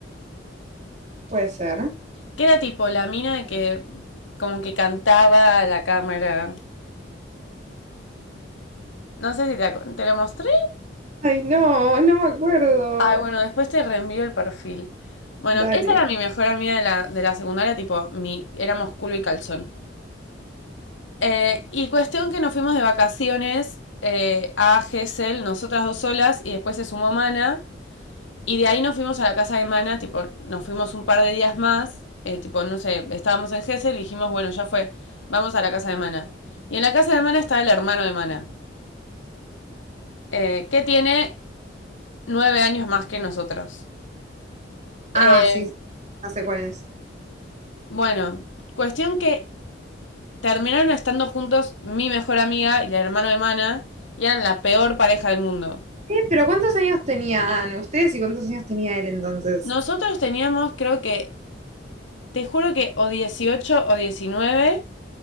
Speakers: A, on the right; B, on the left.
A: Puede ser.
B: Que era tipo la mina que como que cantaba a la cámara. No sé si te, ac- te lo mostré.
A: Ay, no, no me acuerdo.
B: Ay, bueno, después te reenvío el perfil. Bueno,
A: Dale.
B: esa era mi mejor amiga de la, de la secundaria, tipo, mi, éramos culo y calzón. Eh, y cuestión que nos fuimos de vacaciones eh, a Gesell, nosotras dos solas, y después se sumó Mana. Y de ahí nos fuimos a la casa de Mana, tipo, nos fuimos un par de días más, eh, tipo, no sé, estábamos en Gesell y dijimos, bueno, ya fue, vamos a la casa de Mana. Y en la casa de Mana está el hermano de Mana, eh, que tiene nueve años más que nosotros.
A: Ah,
B: Eh,
A: sí, sí, ya sé cuál es.
B: Bueno, cuestión que terminaron estando juntos mi mejor amiga y la hermana de Mana y eran la peor pareja del mundo.
A: Eh, pero ¿cuántos años tenían ustedes y cuántos años tenía él entonces?
B: Nosotros teníamos, creo que, te juro que o 18 o 19